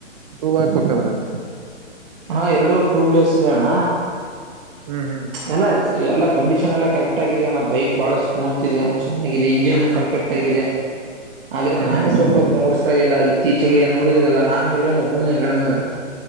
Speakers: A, on the right; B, on the right.
A: ಟ್ಯೂಬ್ ಹಾಕ್ಬೇಕ ಅದ್ರಲ್ಲಿ
B: ಹಾ ಎರಡು ಟೂಬ್ಲೇಸ್ ಇದೆ ಅಣ್ಣ
A: ಹ್ಮ್ ಹ್ಮ್
B: ಎಲ್ಲ ಎಲ್ಲ ಕಂಡೀಷನ್ ಎಲ್ಲಾ ಕರೆಕ್ಟ್ ಆಗಿದ ಅಣ್ಣ ಬೈಕ್ ಬಾಳ ಸ್ಮೂತ್ ಇದೆ ಚೆನ್ನ ಇಂಜಿನ್
A: ಹ್ಮ್
B: ಪರ್ಫೆಕ್ಟ್ ಆಗಿದೆ ಆದ್ರೆ
A: ಹ್ಮ್
B: ನಾನೇ
A: ಹ್ಮ್
B: ಸ್ವಲ್ಪ
A: ಹ್ಮ್
B: ಅದು ನೋಡಸ್ತಾ ಇಲ್ಲ ಇೀಚೆಗೆ ನೋಡಿದ್ರಲ್ಲ ನಾನು ಇರೋ ನ ಒಬ್ಬನೇ ಗಣಮಗ